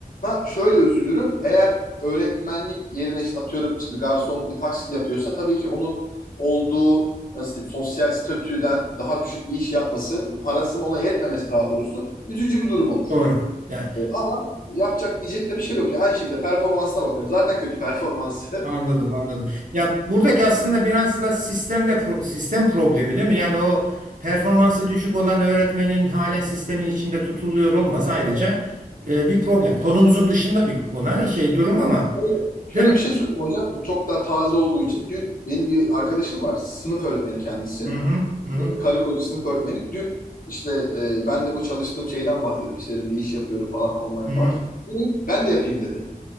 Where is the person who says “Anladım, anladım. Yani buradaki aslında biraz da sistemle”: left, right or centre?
Right